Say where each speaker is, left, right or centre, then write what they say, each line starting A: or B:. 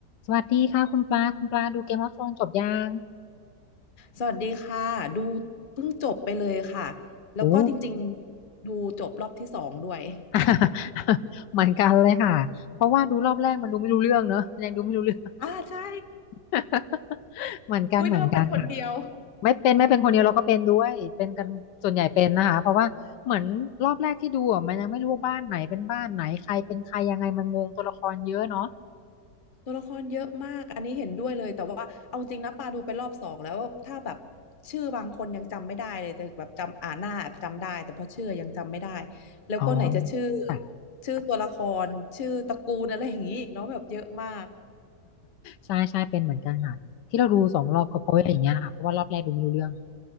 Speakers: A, on the left (about 85°); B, on the left (about 35°).
A: สวัสดีค่ะคุณปลาคุณปลาดูเกมออฟโธรนจบยัง
B: สวัสดีค่ะดูเพิ่งจบไปเลยค่ะแล้วก็จริงๆดูจบรอบที่สองด้วย
A: โอ้ <laughs> เหมือนกันเลยค่ะเพราะว่าดูรอบแรกมันดูไม่รู้เรื่องเนอะมันยังดูไม่รู้เรื่อง
B: อ่าใช่
A: <laughs>
B: <laughs>
A: เหมือนกันเหมือนกันค่ะ
B: อุ้ยนึกว่าเป็นคนเดียว
A: ไม่เป็นไม่เป็นคนเดียวเราก็เป็นด้วยเป็นกันส่วนใหญ่เป็นนะคะเพราะว่าเหมือนรอบแรกที่ดูอ่ะมันยังไม่รู้ว่าบ้านไหนเป็นบ้านไหนใครเป็นใครยังไงมันงงตัวละครเยอะเนาะ
B: ตัวละครเยอะมากอันนี้เห็นด้วยเลยแต่ว่าเอาจริงนะปาดูไปรอบสองแล้วถ้าแบบชื่อบางคนยังจำไม่ได้เลยแต่แบบจำอ่านหน้าจำได้แต่พอชื่อยังจำไม่ได้แล้วก็ไหนจะชื่อ
A: อ๋อค่ะ
B: ชื่อตัวละครชื่อตระกูลอะไรอย่างนี้อีกเนาะแบบเยอะมาก
A: ใช่ใช่เป็นเหมือนกันค่ะที่เราดูสองรอบก็เพราะว่าอย่างเงี้ยค่ะเพราะว่ารอบแรกดูไม่รู้เรื่อง